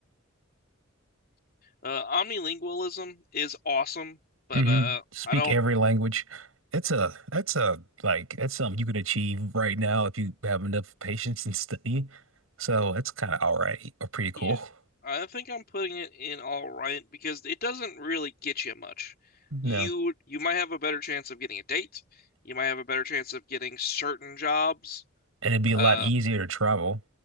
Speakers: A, on the left (about 45°); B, on the right (about 85°).
A: Uh, omnilingualism is awesome, but
B: hmm
A: uh,
B: Speak
A: I don't.
B: every language. It's a that's a like that's something you can achieve right now if you have enough patience and study. So it's kind of all right or pretty cool.
A: Yeah, I think I'm putting it in all right because it doesn't really get you much.
B: No.
A: You you might have a better chance of getting a date. You might have a better chance of getting certain jobs.
B: And it'd be a
A: Uh,
B: lot easier to travel.